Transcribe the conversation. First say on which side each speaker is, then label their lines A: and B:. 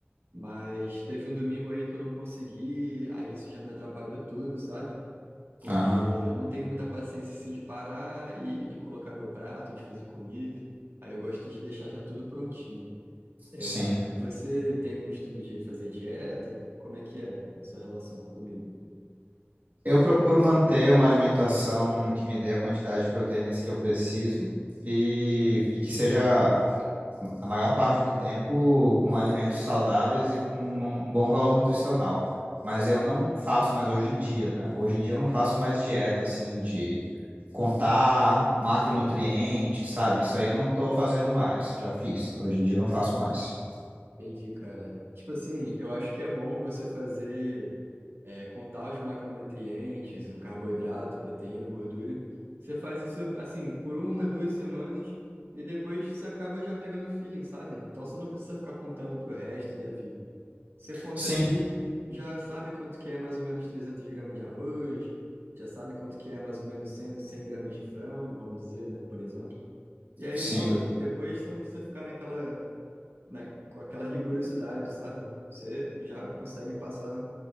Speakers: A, on the right; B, on the right.
A: Mas teve um domingo aí que eu não consegui, aí isso já me atrapalhou tudo, sabe? Porque
B: aham,
A: eu não tenho muita paciência assim de parar e, e colocar meu prato, de fazer comida. Aí eu gosto de deixar já tudo prontinho. É,
B: sim.
A: você tem costume de fazer dieta? Como é que é a sua relação com comida?
B: Eu procuro manter uma alimentação que me dê a quantidade de proteínas que eu preciso e, e que seja a maior parte do tempo com alimentos saudáveis e com um, um bom valor nutricional. Mas eu não faço mais hoje em dia, né? Hoje em dia eu não faço mais dieta, assim, de contar macronutrientes, sabe? Isso aí eu não estou fazendo mais, já fiz. Hoje em dia eu não faço mais.
A: Entendi, cara. Tipo assim, eu acho que é bom você fazer, é, contar os macronutrientes, o carboidrato, proteína, gordura. Você faz isso, assim, por uma, duas semanas e depois você acaba já pegando feeling, sabe? Então você não precisa ficar contando pro resto da vida. Você conta
B: Sim,
A: ali, já sabe quanto que é mais ou menos 300 gramas de arroz, já sabe quanto que é mais ou menos cem cem gramas de frango, vamos dizer, né, por exemplo. E aí,
B: sim.
A: pô, depois você não precisa ficar naquela né, com aquela rigorosidade, sabe? Você já consegue passar